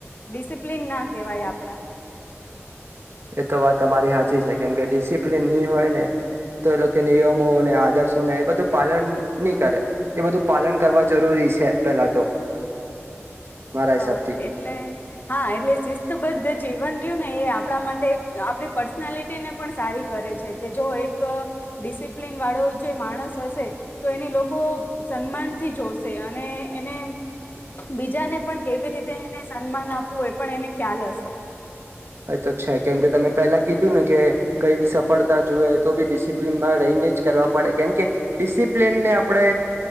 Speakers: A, on the left; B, on the right.
A: ડિસિપ્લિન ના કેહેવાય આપડા
B: એ તો વાત તમારી સાચી છે, કેમ કે ડિસિપ્લિન ની હોય ને તો એ લોકો નિયમોને આદર્શોને એ બધું પાલન નહી કરે એ બધું પાલન કરવા જરૂરી છે. પેલા તો મારા
A: હ
B: હિસાબથી
A: એટલે હા, એટલે શિસ્તબદ્ધ જવ યુ ને એ આપણા માટે આપણી પર્સનાલિટીને પણ સારી કરે છે કે, જો એક ડિસિપ્લન વાળો જે માણસ હશે તો એની લોકો સન્માનથી જોશે અને એને બીજાને પણ કેવી રીતે એને સન્માન આપ વુ એ પણ એને ખ્યાલ હશે
B: એ તો છે કેમ કે તમે પેલા કીધું ને કે કઈ બી સફળતા જુએ તો બી ડિસિપ્લનમાં રહીને જ કરવા પડે, કેમ કે ડિસિપ્લનને આપડે,